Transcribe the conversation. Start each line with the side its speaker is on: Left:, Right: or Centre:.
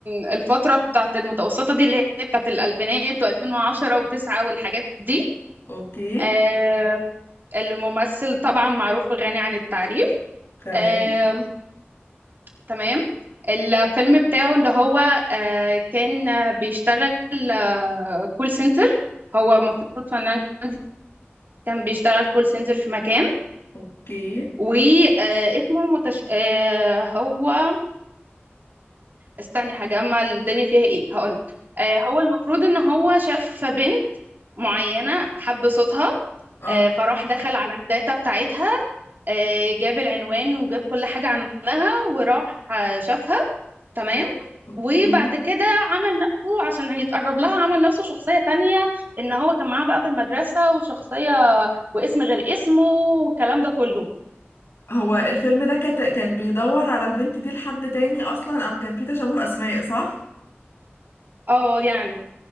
Right: الفترة بتاعت المتوسطة دي اللي هي بتاعت الألفينات و2010 و9 والحاجات دي
Left: اوكي
Right: آه الممثل طبعا معروف وغني عن التعريف
Left: تمام
Right: آه تمام الفيلم بتاعه اللي هو آه كان بيشتغل آه كول سنتر هو المفروض فنان كوميدي كان بيشتغل كول سنتر في مكان
Left: اوكي
Right: واسمه متش... آه هو استني هجمع الدنيا فيها ايه هقولك آه هو المفروض ان هو شاف بنت معينة حب صوتها
Left: اه
Right: آه فراح دخل على الداتا بتاعتها آه، جاب العنوان وجاب كل حاجة عنها وراح آه، شافها تمام
Left: اوكي
Right: وبعد كده عمل نفسه عشان يتقرب لها عمل نفسه شخصية تانية ان هو كان معاها بقى في المدرسة وشخصية واسم غير اسمه والكلام ده كله
Left: هو الفيلم ده كت... كان بيدور على البنت دي لحد تاني اصلا او كان في تشابه اسماء صح
Right: اه يعني